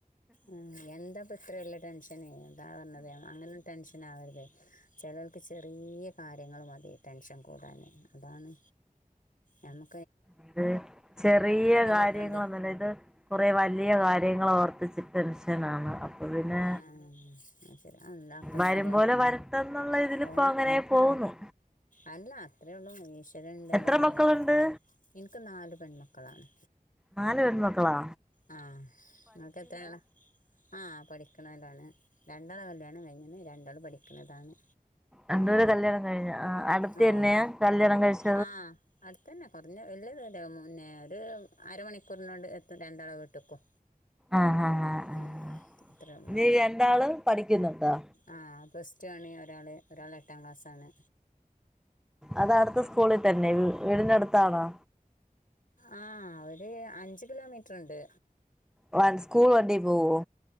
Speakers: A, on the left; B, in the centre.
A: ആ എന്താപ്പത്രെ വല്യേ ടെൻഷന് അതാ പറഞ്ഞത് അങ്ങനൊന്നും ടെൻഷൻ അങ്ങനാവരുതയ് ചേലോർക്ക് ചെറിയ കാര്യങ്ങൾ മതി ടെൻഷൻ കൂടാൻ അതാണ് നമ്മ
B: അത് ചെറിയ കാര്യങ്ങളൊന്നുല്ല
A: എത്ര ഉണ്ട്
B: ഇത് കുറേ വലിയ കാ കാര്യങ്ങൾ ഓർത്തിച്ച് ടെൻഷനാണ് പിന്നെ
A: ആ അത് ശരി ആ, ഉണ്ടാക്കും
B: വരുമ്പോലെ
A: ശരിയാവും
B: വരട്ടെന്നുള്ള ഇതിലിപ്പോ
A: ഓ
B: അങ്ങനെ പോകുന്നു
A: അല്ല അത്രേ ഒള്ളൂ നി ഈശ് ശരൻ ഇണ്ടല്ലോ
B: എത്ര
A: മേലെ
B: മക്കളുണ്ട്
A: ഇക്ക് നാല് പെൺമക്കളാണ്
B: നാല് പെൺമക്കളോ
A: ആ ഇങ്ങക്ക് എത്രയാള ആഹ് പഠിക്ക നാലാണ് രണ്ടാളെ കല്യാണം കഴിഞ്ഞണ് രണ്ടാൾ പഠിക്കണതാണ്
B: രണ്ടുപേരെ കല്യാണം കഴിഞ്ഞാ ആ അടുത്ത
A: ഓ
B: തന്നെയ കല്യാണം കഴിച്ച
A: ആഹ് അ അടുത്തന്നെ കൊറഞ്ഞ വല്യ പിന്നെ ഒര് അരമണിക്കൂറിനോട് എത്തും രണ്ടാള വീട്ട്ക്കും
B: ആഹ് ആഹ് ആഹ് ആഹ്
A: ഉം അത്രെ ഉള്ളു
B: ഇനി രണ്ടാള് പഠിക്കുന്നുണ്ടോ
A: ആ പ്ലസ് ടു കഴിഞ്ഞു ഒരാള് ഒരാള് - എട്ടാം ക്ലാസ്സാണ്
B: അത അടുത്ത സ്കൂളിൽ തന്നെ വീടിന് അടുത്താണോ
A: ആ ഒര് അഞ്ചു കിലോമീറ്റർ ഉണ്ട്
B: വ സ്കൂൾ വണ്ടി പോവോ